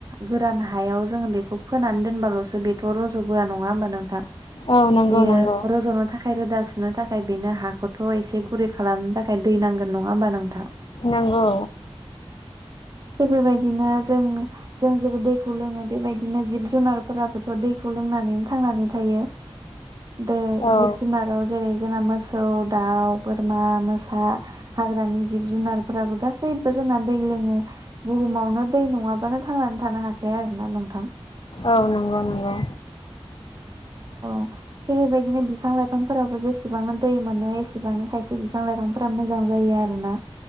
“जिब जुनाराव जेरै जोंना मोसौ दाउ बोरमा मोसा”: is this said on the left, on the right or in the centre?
Right